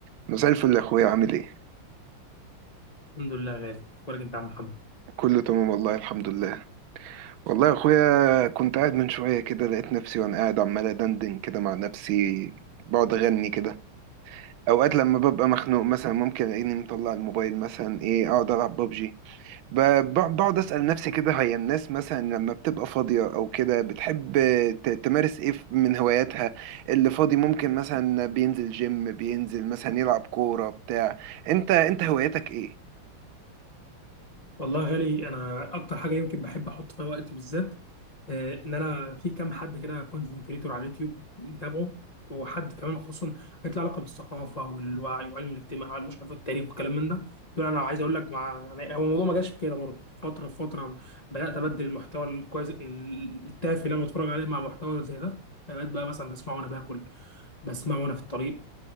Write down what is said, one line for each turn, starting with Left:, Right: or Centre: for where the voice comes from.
Right: مساء الفل يا اخويا عامل ايه
Left: الحمد لله غالي اخبارك انت يا عم محمد
Right: كله تمام والله الحمد لله والله يا اخويا كنت قاعد من شويه كده لقيت نفسي وانا قاعد عمال ادندن كده مع نفسي بقعد اغني كده اوقات لما ببقى مخنوق مثلا ممكن الاقيني مطلع الموبايل مثلا ايه اقعد العب ببجي ب- بق- بقعد اسال نفسي كده هي الناس مثلا لما بتبقى فاضيه او كده بتحب ت- تمارس ايه ف- من هواياتها اللي فاضي ممكن مثلا بينزل جيم بينزل مثلا يلعب كوره بتاع انت انت هواياتك ايه
Left: والله يا غالي انا اكتر حاجه يمكن بحب احط فيها وقتي بالذات آه، ان انا في كام حد كده كونتنت كريتور على اليوتيوب متابعه وحد كمان خصوصا حاجات لها علاقه بالثقافه والوعي وعلم الاجتماع وعلم مش عارف التاريخ والكلام من ده دول انا عايز اقول لك مع يعني هو الموضوع ما جاش كده برضه فتره فتره بدات ابدل المحتوى الكويس التافه اللي انا بتفرج عليه مع محتوى زي ده بقيت بقى مثلا بسمعه وانا باكل بسمعه وانا في الطريق